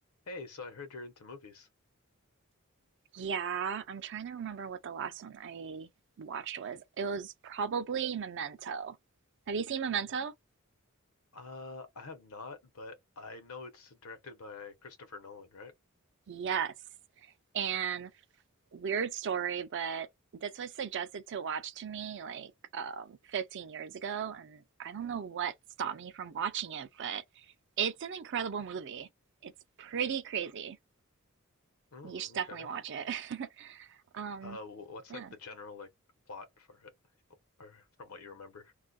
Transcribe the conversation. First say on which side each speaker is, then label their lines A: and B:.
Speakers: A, on the left; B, on the right.
A: Hey, so I heard you're into movies.
B: Yeah, I'm trying to remember what the last one I watched was. It was probably Memento. Have you seen Memento?
A: Oh, uh, I have not, but I know it's directed by Christopher Nolan, right?
B: Yes. And weird story, but this was suggested to watch to me like um, 15 years ago, and I don't know what stopped me from watching it, but it's an incredible movie. It's pretty crazy.
A: Mm,
B: You should definitely
A: okay.
B: watch it. <laughs> Um,
A: Uh, wh- what's
B: yeah.
A: like the general like plot for it, or from what you remember?